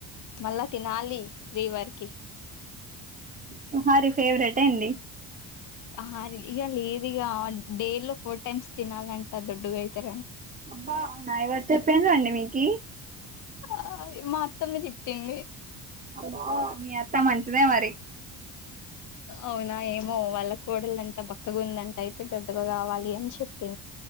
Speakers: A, on the left; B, on the right.
A: మల్ల తినాలి త్రీ వరకు కే
B: తహారి ఫేవరట్ ఎంది
A: ఆహా ఇగ లేదు ఇగ డేలో ఫోర్ టైమ్స్ తినాలంట దొడ్డుగా అయితర
B: అబ్బా అవునా ఎవరు చెప్పారూ అండి మీకు
A: ఆ మా అత్తమ్మ చెప్పింది
B: అమ్మ మీ అత్త మంచిదే మరి
A: అవునా ఏమో వాళ్ళ కోడలంటా బక్కగుందంట అయితే దొడ్డుగా కావాలి అని చెప్ప